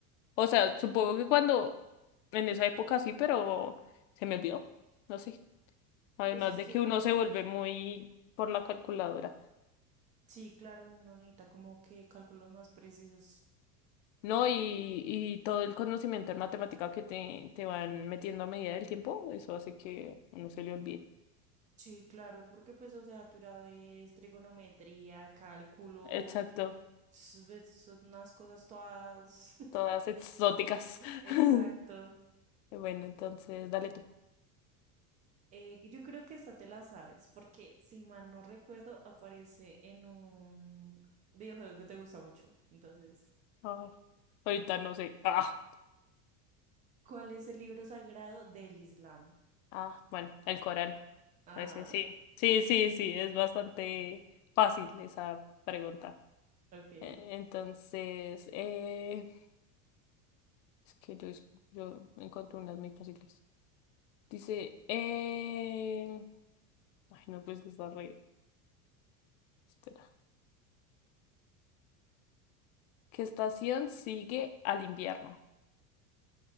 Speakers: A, on the left; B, on the right.
A: O sea, supongo que cuando, en esa época sí, pero se me olvidó. No sé. Además
B: Pues es
A: de
B: que,
A: que uno se vuelve muy por la calculadora.
B: sí, claro, uno necesita como que cálculos más precisos.
A: ¿no? Y, y todo el conocimiento en matemática que te, te van metiendo a medida del tiempo, eso hace que uno se le olvide.
B: Sí, claro, porque pues, o sea, tú ya ves trigonometría, cálculo,
A: Exacto,
B: s- ves unas cosas todas. <laughs>
A: todas exóticas.
B: Exacto.
A: <laughs> Bueno, entonces dale tú.
B: Eh, yo creo que esta te la sabes, porque si mal no recuerdo, aparece en un videojuego que te gusta mucho. Entonces,
A: A ver. Ahorita no sé. Ah,
B: ¿cuál es el libro sagrado del Islam?
A: ah, bueno, el Corán.
B: Ajá,
A: Ese sí. Sí, sí, sí, es bastante fácil esa pregunta.
B: ok.
A: Eh, Entonces, eh, es que yo, es- yo encontré unas muy fáciles. Dice, eh... ay, no, pues que está re. espera. ¿Qué estación sigue al invierno?